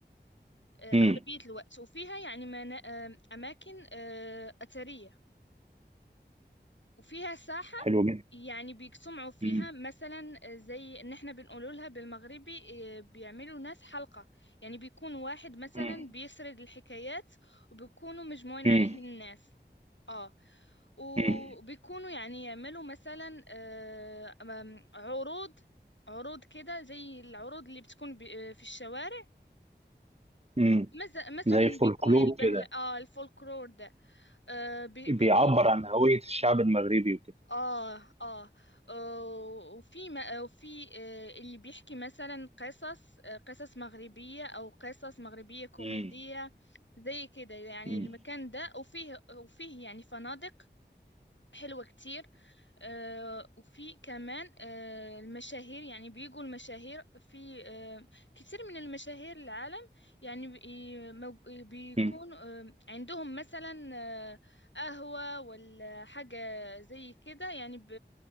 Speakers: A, on the left; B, on the right.
A: آه،
B: مم.
A: أغلبية الوقت وفيها يعني منا- آه، أماكن آه، أثرية وفيها ساحة
B: حلو جدا
A: يعني بيجتمعوا فيها
B: مم.
A: مثلا زي ان احنا بنقول لها بالمغربي إيه، بيعملوا ناس حلقة يعني بيكون واحد مثلا
B: مم.
A: بيسرد الحكايات وبيكونوا مجموعين عليه
B: امم
A: الناس اه وبيكونوا
B: امم
A: يعني يعملوا مثلا آه، أم- عروض عروض كده زي العروض اللي بتكون بي- في الشوارع
B: امم
A: مز- مثلا
B: زي فولكلور
A: بيكون البهل
B: كده
A: اه الفولكلور ده آه، بي-
B: بيعبر
A: بيكون
B: عن هوية الشعب المغربي وكده
A: آه آه آه، وفي ما- آه، وفي آه، اللي بيحكي مثلا قصص آه، قصص مغربية أو قصص مغربية كوميدية
B: امم
A: زي كده يعني
B: امم
A: المكان ده وفيه وفيه يعني فنادق حلوة كتير آه، وفي كمان آه، المشاهير يعني بيجوا المشاهير في آه، كتير من المشاهير العالم يعني بي- مو- بيكون
B: امم
A: آه، عندهم مثلا آه، قهوة ولا حاجة زي كده يعني ب